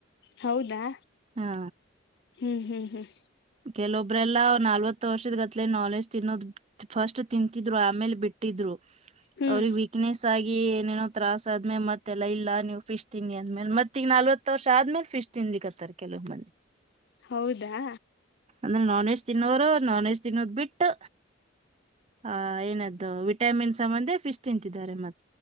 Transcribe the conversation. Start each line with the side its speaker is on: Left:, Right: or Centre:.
Left: ಹೌದಾ
Right: ಹಾ
Left: ಹ್ಮ್ ಹ್ಮ್ ಹ್ಮ್
Right: ಕೆಲೊಬ್ರೆಲ್ಲಾ ನಾಲ್ವತ್ತು ವರ್ಷದ ಗತ್ಲೆ ನಾಲೆಜ್ ತಿನ್ನೋದ್ ಫಸ್ಟ್ ತಿಂತಿದ್ರು ಆಮೇಲೆ ಬಿಟ್ಟ ಇಟ್ಟಿದ್ರು
Left: ಹ್ಮ್
Right: ಅವ್ರಿಗೆ ವ ಪಿಕ್ನೆಸ್ ಆಗ ಏೇನೋ ತತ್ರಾಸ ಆದ್ಮೇ ಮತ್ತೆಲ್ಲ ಇಲ್ಲ ನೀವು ಫಿಶ್ ತಿಂಡಿ ಆದ್ಮೇಲೆ ಮತ್ತ ಈಗ ನಲ್ವತ್ತು ವರ್ಷ ಆದ್ಮೇಲೆ ಫಿಶ್ ತಿಿಂದಿಿಕತ್ತರ್ ಕೆಲವು ಮಂದಿ
Left: ಹೌದಾ
Right: ಅಂದ್ರೆ ನಾನ್ ವೆಜ್ ತಿನ್ನೋರು ನಾನ್ ವೆಜ್ ತಿನ್ನೋದ್ ಬಿಟ್ಟು ಆ ಏನದ್ದು ವಿಟಾಮಿನ್ ಸಂಬಂಧೆ ಫಿಶ್ ತಿಂತಿದ್ದಾರೆ ಮತ್ತೆ